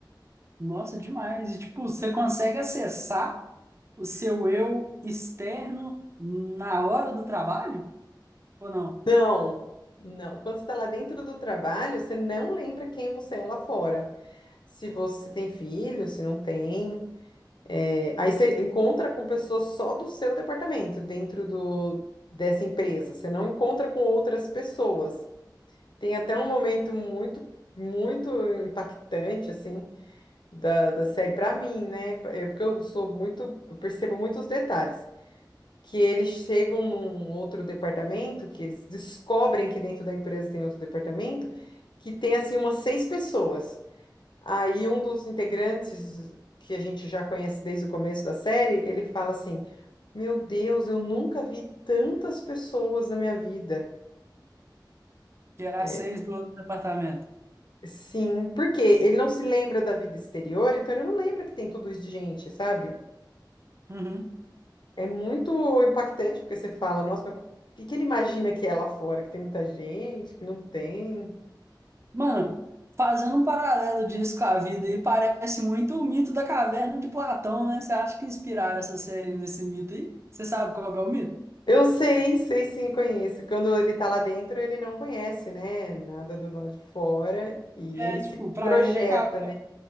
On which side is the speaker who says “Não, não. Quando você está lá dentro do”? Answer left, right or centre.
Left